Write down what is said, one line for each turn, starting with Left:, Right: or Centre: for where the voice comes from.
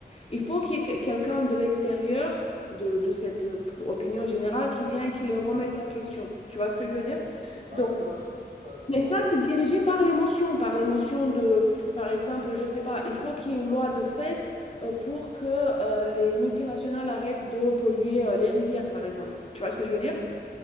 Left: Il faut qu'il y ait que- quelqu'un de l'extérieur, de, de cette euh, opinion générale, qui vient et qui les
Right: Mhm.
Left: remette en question. Tu vois ce que je veux dire?
Right: Ouais,
Left: Donc,
Right: c'est vach- ça a du
Left: mais
Right: sens,
Left: ça,
Right: c'est
Left: c'est
Right: clair.
Left: dirigé par l'émotion, par l'émotion de, par exemple, je sais pas, il faut qu'il y ait une loi de fait euh, pour que euh, les multinationales arrêtent de polluer euh, les rivières, par exemple. Tu vois ce que je veux dire?